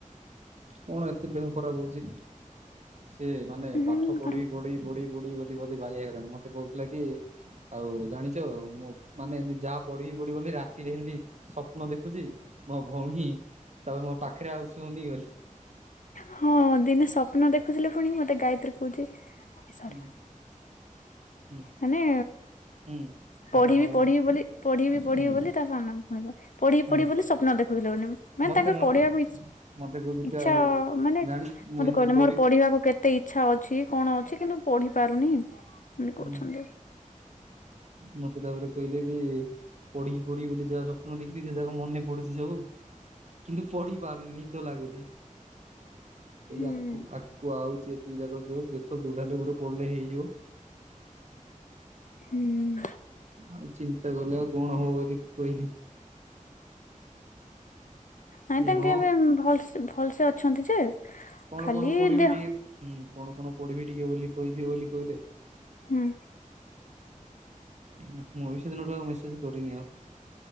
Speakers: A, on the right; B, on the left.
A: କଣ ଏତେ ଦେହ ଖରାପ ହଉଛି ସିଏ ମାନେ
B: ହୁଁ
A: ପାଠ ପଢି ପଢି ପଢ଼ି ପଢି ବୋଲି ବୋଧେ ବାଇଆ ହେଇଗଲାଣି ମତେ କହୁଥିଲା କି ଆଉ ଜାଣିଛ ମୁଁ ମାନେ ଏନ୍ତି ଯାହା ପଢିବି ପଢିବି ବୋଲି ରାତିରେ ହେନ୍ତି ସ୍ୱପ୍ନ ଦେଖୁଛି ମୋ ଭଉଣୀ ତାପରେ ମୋ ପାଖରେ ଆଉ ଶୁନି ବୋଲି।
B: ହଁ ଦିନେ ସ୍ୱପ୍ନ ଦେଖୁଥିଲେ ଫୁଣି ମତେ ଗାୟତ୍ରୀ କହୁଛି ସରି।
A: ହୁଁ ହୁଁ
B: ମାନେ
A: ହୁଁ ତା
B: ପଢିବି
A: ସାନ ଭଉଣୀ
B: ପଢିବି ବୋଲି ପଢିବି ପଢିବି
A: ହୁଁ
B: ବୋଲି ତା ସାନ ଭଉଣୀକୁ ପଢିବି
A: ହୁଁ
B: ପଢିବି ବୋଲି ସ୍ୱପ୍ନ ଦେଖୁୁଥିଲି ବୋଲି। ମାନେ
A: ମତେ
B: ତାଙ୍କର
A: ମ
B: ପଢିବାକୁ ଇଛ
A: ମତେ କହୁଛନ୍ତି
B: ଇଚ୍ଛା
A: ଆଉ
B: ମାନେ
A: ଜାଣି ମୁଁ
B: ମତେ
A: ଏମିତି
B: କହିଲେ
A: ପଢି
B: ମୋର ପଢିବାକୁ କେ ଏତେ ଇଚ୍ଛା ଅଛି କଣ ଅଛି କିନ୍ତୁ ପଢିପାରୁନି ଏନ୍ତି
A: ହୁଁ
B: କହୁଛନ୍ତି।
A: ମତେ ତାପରେ କହିଲେ କି ପଢ଼ିକି ପଢ଼ିବି ବୋଲି ଯାହା ସ୍ୱପ୍ନ ଦେଖିଥିଲି ସେ ଯାକ ମନେ ପଡୁଛି ସବୁ। କିନ୍ତୁ ପଢି ପାରୁନି ନିଦ ଲାଗୁଛି।
B: ହୁଁ।
A: ଆ ଆକୁ ଆଉଛି ଏତିକି ଯାକ ଯୋଉ ଦେଖ ଯୋଉଟା ହେଲେ ଗୋଟେ ପଢିଲେ ହେଇଯିବ।
B: ହୁଁ।
A: ଆଉ ଚିନ୍ତା କଲେ ଆଉ କଣ ହବ ବୋଲି କହିଲି। ସିଏ
B: ନାଇ ତାଙ୍କେ
A: ହଁ
B: ଏବେ ଭଲ ଭଲସେ ଅଛନ୍ତି ଯେ
A: କଣ
B: ଖାଲି
A: କଣ ପଢିବି
B: ଦେହ
A: ଟିକେ ହୁଁ କଣ କଣ ପଢିବି ଟିକେ ବୋଲି କହିଦିଅ ବୋଲି କହିଲେ।
B: ହୁଁ।
A: ମୁଁ ବି ସେଦିନ ଠୁ ଆଉ ମେସେଜ କରିନି ଆଉ।